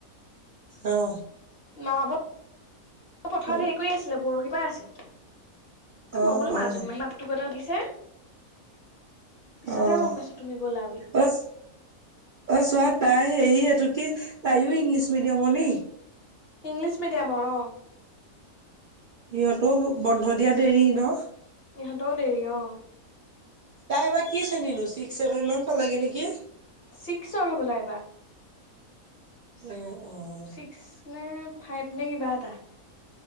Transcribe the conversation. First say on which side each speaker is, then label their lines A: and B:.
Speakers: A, on the right; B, on the left.
A: অঁ'
B: মামা বত- পথাৰত
A: অ
B: হেৰি কৰি আছিলে বৰশী বাই আছে। এ
A: অ অ
B: মই বোলো মাজনী
A: অ
B: মাহী মাতো গতে লাগিছে। পিছতহে
A: অঁ
B: গম পাইছো তুমি গ'লা বুলি
A: অছ- অই চোৱা তাই হেৰি এইটো কি তাইও ইংলিছ মিডিয়ামৰ নি।
B: ইংলিছ মিডিয়ামৰ অঁ'
A: সিহঁতৰো মোক বন্ধ দিয়া দেৰি ন।
B: ইহঁতও দেৰি অঁ।
A: তাই এবা কি শ্ৰেণী নো ছিক্স চেছেন মান পালাগে নেকি?
B: ছিক্সৰ হ'বলা এইবাৰ।
A: অঁ অঁ'
B: ছিক্স নে ফাইভ নে কিবা এটা।